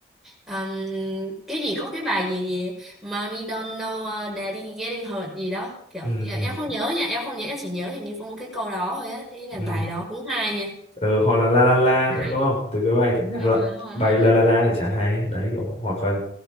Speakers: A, in the centre; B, on the left.
A: um, cái gì có cái bài gì gì Mommy don't know uh, daddy getting hurt gì đó Kiểu
B: ừ
A: em em không nhớ nha, em không nhớ, em chỉ nhớ hình như có một cái câu đó thôi á Ý là
B: ừ
A: bài đó cũng hay nha
B: ừ hoặc là la la la
A: Đấy,
B: nữa đúng không từ cái bài nhạc
A: đúng
B: lạ
A: rồi, đúng rồi,
B: bài
A: đúng
B: la
A: rồi.
B: la la thì chả hay đấy kiểu hoặc là